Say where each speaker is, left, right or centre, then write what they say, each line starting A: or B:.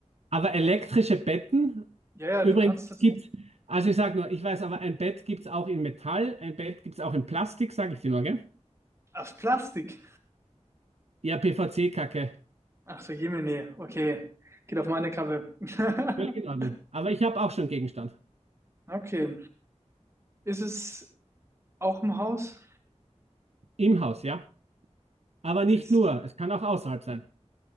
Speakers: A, on the right; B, on the right.
A: aber elektrische Betten?
B: ja, ja,
A: Übrigens,
B: du kannst es
A: es gibt, also ich sage nur, ich weiß, aber ein Bett gibt es auch in Metall, ein Bett gibt es auch in Plastik, sage ich dir nur, gell?
B: aus Plastik.
A: Ja, PVC-Kacke.
B: Ach so, Jemine, okay. Geht auf meine Kappe. <laughs>
A: Völlig in Ordnung. Aber ich habe auch schon Gegenstand.
B: Okay. Ist es Auch im Haus?
A: Im Haus, ja. Aber nicht
B: Ist,
A: nur, es kann auch außerhalb sein.